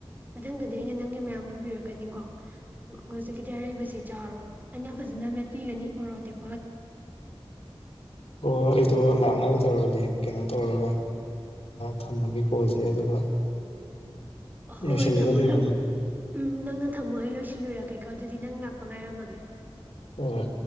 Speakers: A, on the right; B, on the left.
A: ꯃꯊꯪꯗꯗꯤ ꯑꯩꯅ ꯅꯪꯒꯤ ꯃꯌꯥꯝ ꯄꯨꯕꯤꯔꯛ ꯀꯅꯤꯀꯣ ꯎ ꯍꯧꯖꯤꯛꯀꯤꯗꯤ ꯑꯔꯩꯕꯕꯁꯤ ꯆꯥꯎꯔꯣ ꯑꯩꯅ ꯐꯖꯅ ꯃꯦꯠꯄꯤꯒꯅꯤ ꯃꯣꯔꯣꯇꯦꯛ
B: ꯑꯣ ꯑꯩꯗꯣ ꯂꯥꯛꯅꯕ ꯇꯧꯔꯒꯦ ꯀꯩꯅꯣ ꯇꯧꯔꯒ ꯊꯝꯃꯒꯦ ꯀꯣꯜꯁꯦ ꯑꯗꯨꯒ
A: ꯍꯣꯏ
B: ꯂꯣꯏꯁꯤꯜꯂꯒ
A: ꯍꯣꯏ ꯊꯝꯃꯣ
B: ꯂꯩꯔꯝꯃꯣ
A: ꯊꯝꯃꯣ ꯎꯝ ꯅꯪꯅ ꯊꯝꯃꯣ ꯑꯩ ꯂꯣꯏꯁꯤꯜꯂꯨꯔꯒꯦꯀꯣ ꯑꯗꯨꯗꯤ ꯅꯪ ꯂꯥꯛ ꯄꯪꯉꯥꯏꯔꯝꯃꯒꯦ
B: ꯍꯣꯏ ꯍꯣꯏ